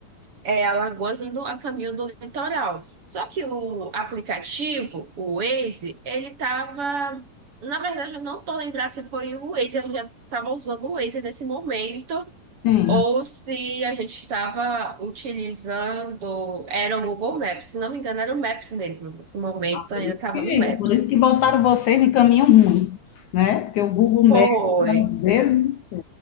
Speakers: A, on the right; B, on the left.
A: é, Alagoas, indo a caminho do litoral. Só que o aplicativo, o Waze, ele estava. Na verdade, eu não estou lembrada se foi o Waze, eu já estava usando o Waze nesse momento.
B: sim.
A: Ou se a gente estava utilizando, era o Google Maps, se não me engano, era o Maps mesmo. Nesse momento ainda
B: Por isso
A: estava
B: que,
A: no Maps.
B: por isso que botaram vocês em caminho ruim, né? Porque o Google Maps,
A: Foi.
B: às vezes,